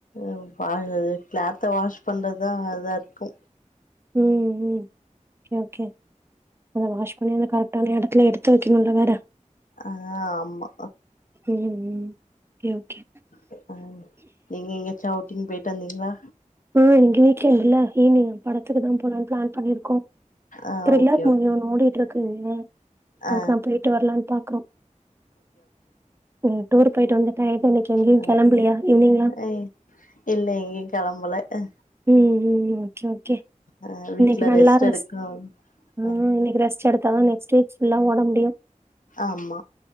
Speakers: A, on the left; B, on the right.
A: அவ் வாழ்றது க்ளாத்த வாஷ் பண்ணுறதா அதார்க்கு
B: ம் ம் கே ஒகே அமா வாஷ் பண்ணி அத கரக்ட்டான எடத்துல எடுத் தொவக்கனு உள்ள வேற
A: ஆ ஆமா
B: ம் ம் ஓகே, ஓகே.
A: அ அ நீங்க எங்கயாச்சும் அவுட்டிங் போயிட்டு வந்தீங்களா
B: ஆ எங்க வீட்ல இல்ல ஈவினிங் படத்துக்கு தான் போலானு பிளான் பண்ணிருக்கோம்
A: ஆ
B: த்ரில்லர்
A: ஓகே
B: மூவி
A: ஓகே
B: ஒன்னு ஓடிட்டு இரு க்கு இன்னா அதுக்குதான்
A: ஆ
B: போயிட்டு வரலாம்னு பாக்குறோம் நீ டூர் போயிட்டு வந்து டயர்டா இன்னைக்கு எங்கேயும்
A: அ
B: கெளம்பலையா ஈவ்னிங்லாம்?
A: அ இல்ல எங்கயும் கெளம்பல அ
B: ம் ம் ஓகே ஓகே
A: ஆ
B: இன்னிக்கு
A: வீட்ல
B: நல்லா
A: ரெஸ்ட்
B: இருந்த
A: எடுக்கணு
B: சிஸ் ம்
A: ஆ
B: இன்னிக்கு ட்ரெஸ் எடுத் தானே ஸ்டேஜ் ஃபுல்லா ஓட முடியும்
A: ஆமா